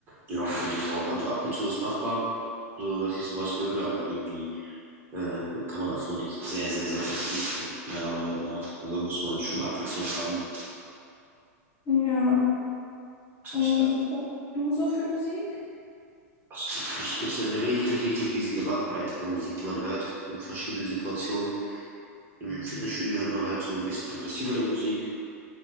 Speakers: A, on the right; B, on the left.
A: Ja, finde ich auch. Also ab und zu ist machbar, so dass ich sowas höre, aber irgendwie äh, kann man davon nicht sehr, sehr, sehr, sehr viel hören, meiner Meinung nach. Also muss man schon Abwechslung haben.
B: Ja.
A: Es gibt
B: Und
A: ja,
B: was machst du so für Musik?
A: also, es gibt ja eine richtig, richtig riesige Bandbreite an Musik, die man hört in verschiedenen Situationen. Im Fitnessstudio hört man halt so ein bisschen aggressivere Musik